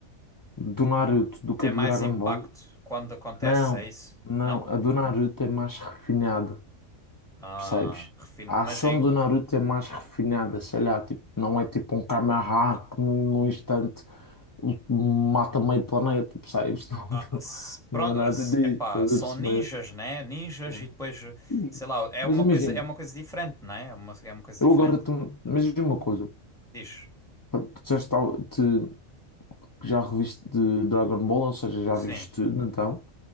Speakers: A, on the left (about 25°); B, in the centre.
A: do Naruto do que
B: tem
A: a do
B: mais
A: Dragon
B: impacto
A: Ball.
B: quando acontece,
A: Não,
B: é isso?
A: não,
B: Não?
A: a do Naruto é mais refinada.
B: Ah,
A: percebes?
B: refin-
A: A
B: mas
A: ação
B: em-
A: do Naruto é mais refinada, sei lá, tipo, não é tipo um Kamehameha que num, num instante o- mata meio planeta, percebes? <laughs>
B: Ah, s- pronto,
A: Não, não, não é nada disso,
B: epá,
A: estás
B: são
A: a perceber?
B: ninjas, né? Ninjas
A: É.
B: e depois,
A: E-
B: sei lá, é
A: Mas
B: uma
A: imagina,
B: coisa, é uma coisa diferente, né? É uma, é uma coisa
A: eu
B: diferente.
A: agora, te, mas diz-me uma coisa,
B: Diz.
A: tu disseste que tava- te- que já reviste de Dragon Ball, ou seja, já
B: Sim,
A: viste tudo, então,